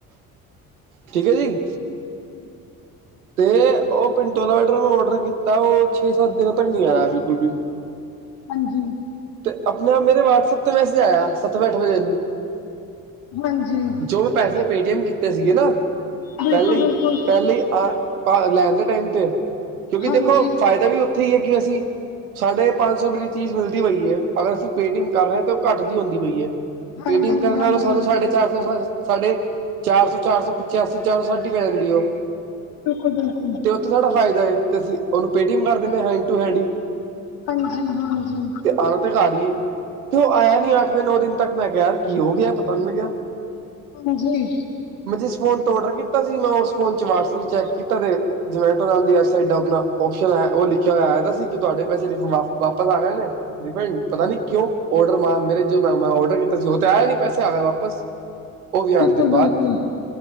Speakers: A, on the right; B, on the left.
A: ਠੀਕ ਹੈ ਜੀ,
B: <inaudible>
A: ਤੇ ਉਹ ਪਿੰਟੋ ਵੈਟਰ ਮੈਂ ਔਡਰ ਕੀਤਾ ਉਹ ਛੇ ਸੱਤ ਦਿਨਾਂ ਤੱਕ ਨੀ ਆਇਆ ਬਿਲਕੁਲ ਵੀ,
B: ਹਾਂਜੀ,
A: ਤੇ ਆਪਣੇ ਆਪ ਮੇਰੇ ਵਟਸਐਪ ਤੇ ਮੈਸੇਜ ਆਇਆ ਸੱਤਵੇਂ ਅੱਠ ਵੇ ਦਿਨ
B: ਹਾਂਜੀ।
A: ਜੋ ਪੈਸੇ ਪੇਟੀਐਮ ਕੀਤੇ ਸੀਗੇ ਨਾ,
B: ਬਿਲਕੁਲ
A: ਪਹਿਲੇ ਹੀ
B: ਬਿਲਕੁਲ
A: ਪਹਿਲੇ ਹੀ ਆ ਲੈ ਦੇ ਟਾਈਮ ਤੇ, ਕਿਉਂਕਿ
B: ਹਾਂਜੀ
A: ਦੇਖੋ ਫਾਇਦਾ ਵੀ ਉੱਥੇ ਹੀ ਹੈ ਕਿ ਅਸੀਂ, ਸਾਢੇ ਪੰਜ ਸੌ ਰੁਪਏ ਦੀ ਚੀਜ਼ ਮਿਲਦੀ ਪਈ ਹੈ ਅਗਰ ਅਸੀਂ ਪੇਟੀਐਮ ਕਰ ਰਹੇ ਹਾਂ ਤੇ ਉਹ ਘੱਟ ਦੀ ਹੁੰਦੀ ਪਈ ਹੈ। ਪੇਟੀਐਮ
B: ਹਾਂਜੀ
A: ਕਰਨ
B: ਹਾਂਜੀ
A: ਨਾਲੋਂ ਸਾਨੂੰ ਸਾਡੇ, ਚਾਰ ਸੌ ਸਾਢੇ ਚਾਰ ਸੌ ਚਾਰ ਸੌ ਪਚਾਸੀ ਚਾਰ ਸੌ ਸਾਢੀ ਪੈ ਜਾਂਦੀ ਉਹ,
B: ਬਿਲਕੁਲ-ਬਿਲਕੁਲ।
A: ਤੇ ਉਥੇ ਸਾਡਾ ਫਾਇਦਾ ਹੈ ਤੇ ਅਸੀਂ ਉਹਨੂੰ ਪੇਟੀਮ ਕਰ ਦਿੰਦੇ ਹ ਹੈਂਡ ਟੂ ਹੈਂਡ ਹੀ
B: ਹਾਂਜੀ-ਹਾਂਜੀ
A: ਤੇ ਆਉਣਾ ਤਾਂ ਘਰ ਹੀ ਏ, ਉਹ ਆਇਆ ਨੀ ਅੱਠਵੇਂ ਨੌ ਦਿਨ ਤੱਕ ਮੈਂ ਕਿਹਾ ਯ ਕੀ ਹੋ ਗਿਆ ਪਤਾ ਨ ਲੱਗ ਗਿਆ
B: ਹਾਂਜੀ
A: ਮੈਂ ਜਿਸ ਫੋਨ ਤੋਂ ਔਡਰ ਕੀਤਾ ਸੀ। ਮੈਂ ਉਸ ਫੋਨ ਚ' ਵਟਸਐਪ ਚੈੱਕ ਕੀਤਾ ਤੇ ਜਮੈਟੋ ਦੀ ਆਪਣਾ ਓ ਉਹ ਲਿਖਿਆ ਹੋਇਆ ਸੀ। ਕਿ, ਤੁਹਾਡੇ ਪੈਸੇ ਵਾਪਸ ਆ ਗਏ ਨੇ ਡਪੈਂਡ ਪਤਾ ਨੀ ਕਿਉਂ, ਔਰਡਰ ਮੈਂ ਮੇਰੇ ਜੋ ਮੈਂ ਔਡਰ ਕੀਤਾ ਸੀ, ਉਹ ਤੇ ਆਇਆ ਨੀ ਪੈਸੇ ਆ ਗ ਵਾਪਸ ਉਹ ਵੀ ਅੱਠ
B: ਬਿਲਕੁਲ
A: ਦਿਨ ਬਾਅਦ
B: ਬਿਲਕੁਲ